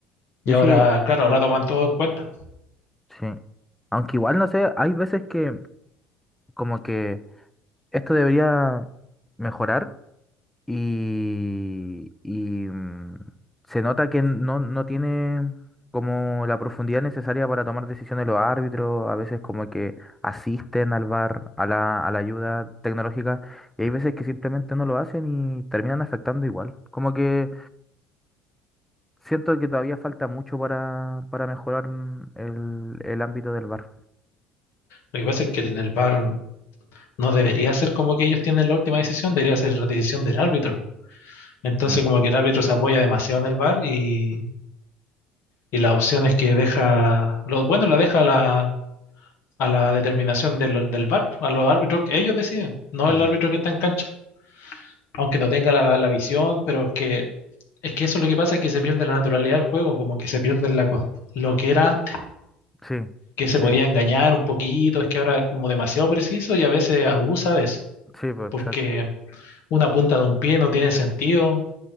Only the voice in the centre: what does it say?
Sí,
sí,
sí. Aunque igual no sé, hay veces que como que esto debería mejorar y, y, mm, se nota que no, no tiene como la profundidad necesaria para tomar decisiones los árbitros, a veces como que asisten al VAR, a la, a la ayuda tecnológica, y hay veces que simplemente no lo hacen y terminan afectando igual. Como que siento que todavía falta mucho para, para mejorar el, el ámbito del VAR.
Mm,
mm.
Sí,
sí,
sí, pues
exacto.